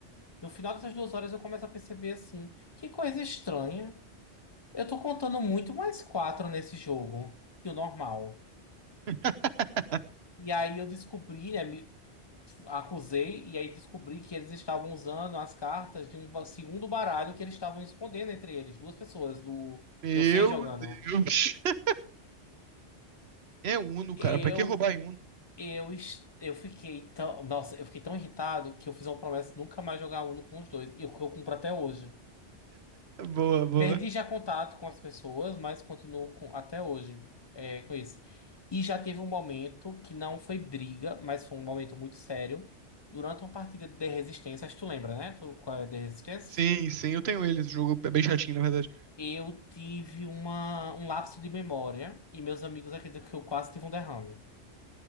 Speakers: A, on the left; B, on the right.
A: No final dessas duas horas eu começo a perceber assim, que coisa estranha. Eu tô contando muito mais quatro nesse jogo do que o normal.
B: <laughs>
A: E aí eu descobri, né? Acusei e aí descobri que eles estavam usando as cartas de um ba- segundo baralho que eles estavam escondendo entre eles, duas pessoas do
B: Meu
A: iam seis jogando.
B: Deus. <laughs> É Uno, cara.
A: Eu
B: Pra que roubar em Uno?
A: eu es- eu fiquei tão, nossa, eu fiquei tão irritado que eu fiz uma promessa de nunca mais jogar Uno com os dois, e o que eu cumpro até hoje.
B: Boa, boa.
A: Perdi já contato com as pessoas, mas continuo com até hoje é, com isso. E já teve um momento que não foi briga, mas foi um momento muito sério. Durante uma partida de resistência, acho que tu lembra, né? Tu, qual é a de resistência?
B: Sim, sim, eu tenho ele. Esse jogo é bem chatinho, na verdade.
A: Eu tive uma, um lapso de memória e meus amigos acreditam que eu quase tive um derrame.